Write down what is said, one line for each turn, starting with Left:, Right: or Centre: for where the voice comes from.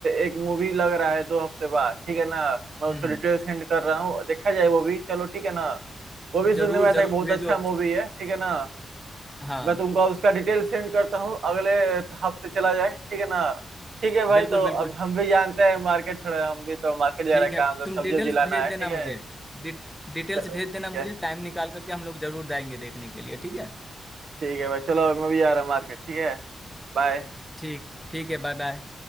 Right: एक मूवी लग रहा है दो हफ्ते बाद ठीक है ना मैं
Centre: हम्म
Right: उसका डिटेल सेंड कर रहा हूँ देखा जाए वो भी चलो ठीक है ना वो भी सुनने
Centre: जरूर
Right: में आता
Centre: जरूर
Right: है कि बहुत
Centre: भेजो
Right: अच्छा मूवी है ठीक है ना
Centre: हाँ
Right: मैं तुमको उसका डिटेल सेंड करता हूँ अगले हफ्ते चला जाए ठीक है ना ठीक है भाई
Centre: बिल्कुल
Right: तो
Centre: बिल्कुल
Right: अब हम भी जानते हैं मार्केट थोड़ा हम भी तो मार्केट जा
Centre: ठीक
Right: रहे हैं
Centre: है
Right: काम तो
Centre: तुम
Right: सब्जी
Centre: डिटेल्स
Right: उब्जी लाना
Centre: भेज
Right: है
Centre: देना
Right: ठीक
Centre: मुझे
Right: है
Centre: डि, डिटेल्स
Right: चलो ठीक
Centre: भेज देना
Right: है
Centre: मुझे टाइम निकाल करके हम लोग जरूर जाएंगे देखने के लिए ठीक है
Right: ठीक है भाई चलो मैं भी जा रहा हूँ मार्केट ठीक है बाय
Centre: ठीक ठीक है बाय बाय